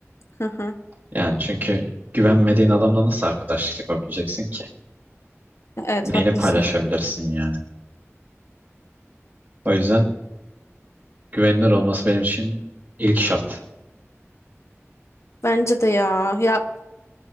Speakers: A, on the left; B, on the right.
A: Hı hı.
B: Yani çünkü güvenmediğin adamla nasıl arkadaşlık yapabileceksin ki?
A: Evet
B: Neyini
A: haklısın.
B: paylaşabilirsin yani? O yüzden Güvenilir olması benim için ilk şart.
A: Bence de ya. Ya